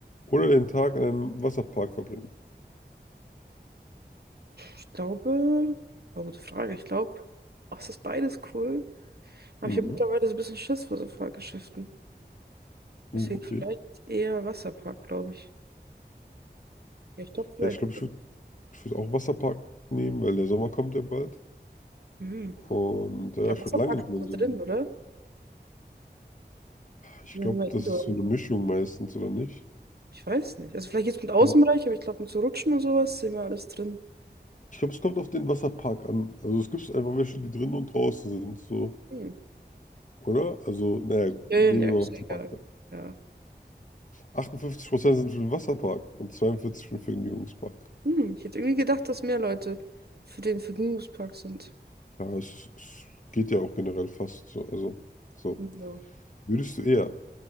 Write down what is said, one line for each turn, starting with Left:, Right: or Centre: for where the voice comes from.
Left: oder den Tag in einem Wasserpark verbringen?
Right: Ich glaube, oh, gute Frage. Ich glaube, ach, es ist beides cool. Aber
Left: Mhm.
Right: ich habe mittlerweile so ein bisschen Schiss vor so Fahrgeschäften. Deswegen
Left: Uh, okay.
Right: vielleicht eher Wasserpark, glaube ich. Ja, ich glaube vielleicht.
Left: Ja, ich glaube, ich würde ich würd auch Wasserpark nehmen, weil der Sommer kommt ja bald.
Right: Hm.
Left: Und ja,
Right: Ich glaube,
Left: ich
Right: Wasserpark
Left: war lange nicht
Right: ist
Left: mehr
Right: so
Left: in
Right: drin,
Left: so einem-
Right: oder?
Left: Ich
Right: Ja,
Left: glaube,
Right: haben wir
Left: das
Right: Indoor.
Left: ist so eine Mischung meistens, oder nicht?
Right: Ich weiß nicht. Also vielleicht jetzt mit Außenbereich,
Left: Also,
Right: aber ich glaube mit so Rutschen und sowas sehen wir alles drin.
Left: ich glaube, es kommt auf den Wasserpark an. Also es gibt einfach welche, die drinnen und draußen sind, so.
Right: Hm.
Left: Oder? Also, naja,
Right: Ja,
Left: nehmen
Right: ja, ja,
Left: wir
Right: ist
Left: mal Wasserpark
Right: ja egal.
Left: dann.
Right: Ja.
Left: 58% sind für den Wasserpark und 42% für den Vergnügungspark.
Right: Hm. Ich hätte irgendwie gedacht, dass mehr Leute für den Vergnügungspark sind.
Left: Ja, es, ist- es geht ja auch generell fast so. Also, so.
Right: Ja.
Left: Würdest du eher